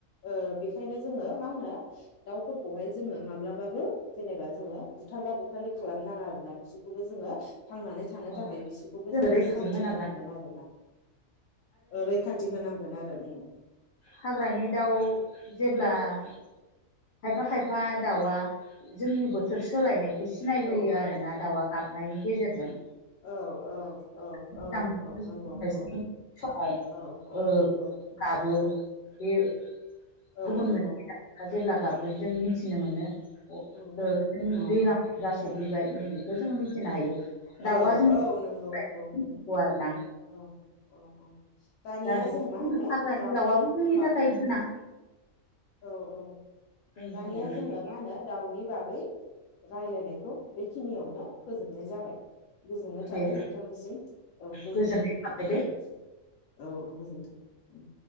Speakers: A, on the left (about 80°); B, on the left (about 55°).
A: ओबेखायनो जोङो मा होनो दाउफोरखौहाय जोङो माब्लाबाबो जेनेबा जोङो बुथारला बुथारलि खालामनाङा आरोना बिसोरखौबो जोङो थांनानै थानो
B: औ
A: थाखाय बिसोरखौबो
B: जों
A: जोङो
B: रैखाथि
A: सान्ति होनांगोन
B: आरो
A: आरोना। ओ रैखाथि होनांगोन आरो ओम
B: हाग्रानि दाउ जेब्ला खायफा खायफा दाउआ जोंनि बोथोर सोलायनाय सिनाय
A: औ
B: होयो आरो ना दाउआ गाबनायनि गेजेरजों
A: औ औ औ
B: <unintelligible>
A: औ औ नंगौ औ
B: समाव
A: औ औ
B: ओ
A: औ
B: गाबो
A: औ
B: बियो
A: औ
B: गुबुन
A: नंगौ
B: मोनसे दावा जेब्ला गाबगोन जों मिथिनो मोनो। अ
A: उम
B: ओ
A: औ
B: दैलां बोथोरा स'फैबाय नैबेखौ जोङो मिथिनो हायो। दाउआ
A: औ
B: जों
A: औ नोंगौ
B: मिथिगौ
A: नोंगौ ओम
B: आरोना
A: औ औ औ दानिया
B: दा बे
A: जों मा होनो
B: हाग्रानि
A: दा
B: दाउआबो जोंनि
A: दा
B: थाखाय गोनां
A: औ औ
B: जोंनि
A: दानिया
B: थाखाय गोनां
A: जोङो मा होनो दाउनि बागै रायलायनायखौ बेखिनियावनो फोजोबनाय जाबाय । गोजोननाय थाबाय
B: दे
A: नोंथांनिसिम औ गोजोन्थों
B: गोजोननाय
A: ।
B: थाबाय दे
A: औ औ गोजोन्थों ।